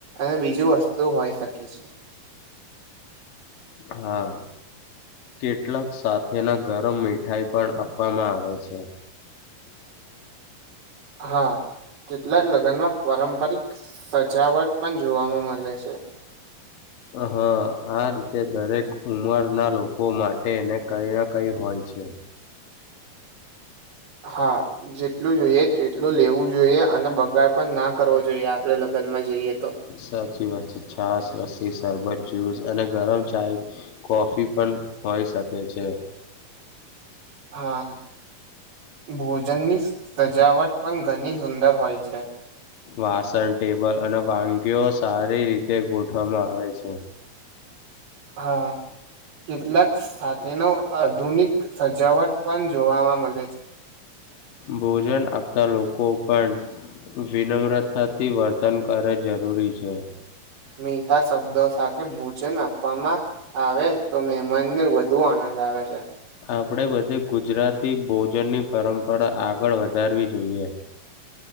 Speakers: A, on the right; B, on the left.
A: અને બીજું વસ્તુ હોય શકે છે.
B: હા. કેટલાક સાથેના ગરમ મીઠાઈ પણ આપવામાં આવે છે.
A: હા, કેટલાક લગ્નમાં પરંપારિક સજાવટ પણ જોવામાં મલે છે.
B: હા, આ રીતે દરેક ઉમરના લોકો માટે એને કઈ ના કઈ હોય છે.
A: હા, જેટલું જોઈએ તેટલું લેવું જોઈએ અને બ ગાડ પણ ના કરવો જોઈએ. આપડે લગ્નમાં જઈએ તો.
B: સાચી વાત છે. છાસ, લસ્સી, સરબત જુસ અને ગરમ ચાય, કોફી પણ હોય શકે છે.
A: હા, ભોજનની સજાવટ પણ ઘણી સુંદર હોય છે.
B: વાસણ, ટેબલ અને વાનગીઓ સારી રીતે ગોઠવામાં આવે છે.
A: હા, કેટલાક સાથેનો આધુનિક સજાવટ પણ જોવામાં મલે
B: ભોજન આપતા લોકો પણ વિનમ્રતાથી વર્તન કરે જરૂરી છે.
A: મીઠા શબ્દ સાથે ભોજન આપવામાં આવે તો મેહેમાનને વધુ આનંદ આવે છે.
B: આપડે બધે ગુજરાતી ભોજનની પરંપરા આગળ વધારવી જોઈએ.